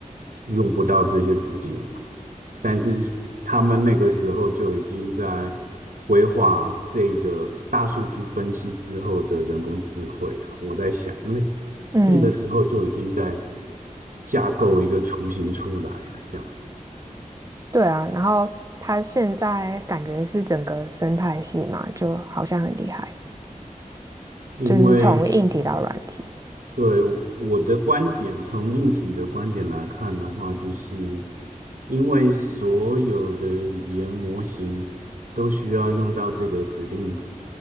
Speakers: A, on the right; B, on the right.
A: 用不到这些指令，但是他们那个时候就已经在规划这个大数据分析之后的人工智慧了。我在想，那
B: 嗯，
A: 那个时候就已经在架构一个雏形出来了，这样。
B: 对啊，然后它现在感觉是整个生态系嘛，就好像很厉害，
A: 因为
B: 就是从硬体到软体，
A: 对，我的观点，从硬体的观点来看的话，就是因为所有的语言模型都需要用到这个指令集，